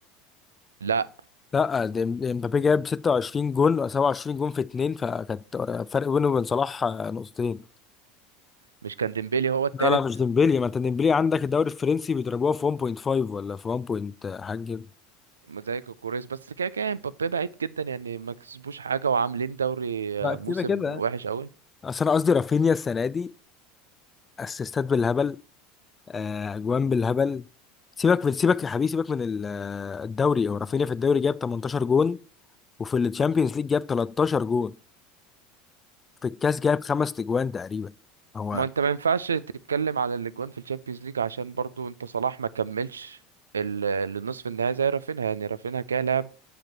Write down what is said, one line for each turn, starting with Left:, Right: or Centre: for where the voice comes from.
Right: لا
Left: لا ديم- امبابي جاب 26 جون أو 27 جون في اتنين فكانت فرق بينه وبين صلاح نقطتين
Right: مش كان ديمبيلي هو التالت
Left: لا لا مش ديمبلي ما انت ديمبلي عندك الدوري الفرنسي بيضربوها في 1.5 ولا في 1. point حاجه كده
Right: زي كوكوريس بس كده كده مبابي بعيد جدا يعني ما كسبوش حاجة وعاملين دوري
Left: لا،
Right: آه،
Left: كده
Right: موسم
Left: كده
Right: وحش قوي
Left: اصل انا قصدي رافينيا السنه دي اسيستات بالهبل آه، اجوان بالهبل سيبك من سيبك يا حبيبي سيبك من ال- آه، الدوري هو رافينيا في الدوري جاب 18 جون وفي الشامبيونز ليج جاب 13 جون في الكاس جاب خمس اجوان تقريبا هو
Right: ما انت ما ينفعش تتكلم على الاجوان في الشامبيونز ليج عشان برضو انت صلاح ما كملش ال- النصف النهائي زي رافينها يعني رافينها كده لعب